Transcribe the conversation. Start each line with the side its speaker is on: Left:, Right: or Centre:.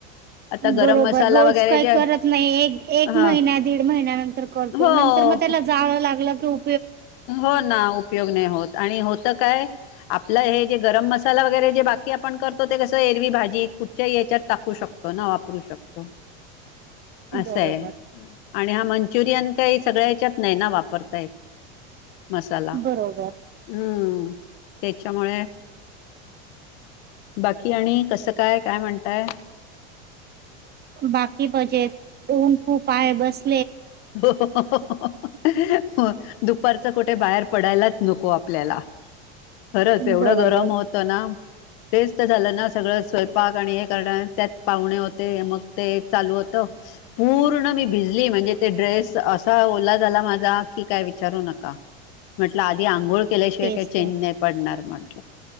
Left: आता गरम
Right: बरोबर
Left: मसाला
Right: रोज
Left: वगैरे
Right: काही
Left: जे
Right: करत नाही एक एक
Left: हा
Right: महिन दीड महिन्या नंतर करतो
Left: हो
Right: नंतर मग त्याला जाळ लाग. हो.
Left: हो ना उपयोग नाही होत आणि हो काय आपलं हे जे गरम मसाला वगैरे जे बाकी आपण करतो ते कसं एरवी भाजी कुठच्या याच्यात टाकू शकतो ना वापरू शकतो.
Right: बरोबर.
Left: असंय आणि हा म्हण चुरियन सगळ्याच्यात नाही ना वापरत. आहेतत. मसाला हम्म.
Right: बरोबर
Left: त्याच्यामुळे बाकी आणि कसं काय काय म्हणताय.
Right: बाकी बजे ऊन खूप आहे बस
Left: हहहह हो दुपारच कुठे बाहेर पडायलाच नको आपल्याला खरंच एवढं
Right: बरोबर
Left: गरम होतं ना तेच तर झालं ना सगळं स्वयंपाक आणि हे करणार त्यात पाहुणे होते मग ते चालू होत पूर्ण मी भिजली म्हणजे ते ड्रेस असा ओला झाला माझा की काय विचारू नका म्हट आधी आंघोळ केल्याशिवाय
Right: तेच
Left: काही चेन
Right: तर
Left: नाही पडणार म्हण